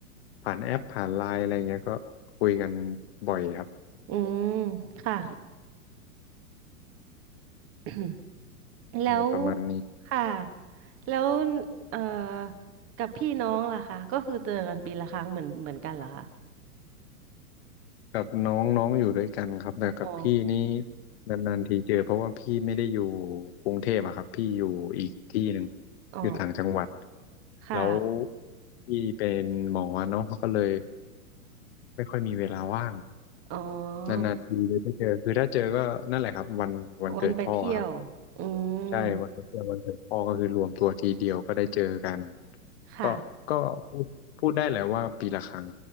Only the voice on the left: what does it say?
ผ่านแอปผ่านไลน์อะไรเงี้ยก็คุยกันบ่อยครับ
อืมประมาณนี้
กับน้องน้องอยู่ด้วยกันครับแต่กับพี่นี่
นานๆทีเจอเพราะว่าพี่ไม่ได้อยู่กรุงเทพอะครับพี่อยู่อีกที่หนึ่ง
อยู่ต่างจังหวัด
แล้วพี่เป็นหมอเนาะก็เลยไม่ค่อยมีเวลาว่าง
นานๆทีเลยได้เจอคือถ้าเจอก็นั่นแหละครับวันวันเกิดพ่อครับ
ใช่วันเพื่อนวันเกิดพ่อก็คือรวมตัวทีเดียวก็ได้เจอกัน
ก็ก็พูดพูดได้แหละว่าปีละครั้ง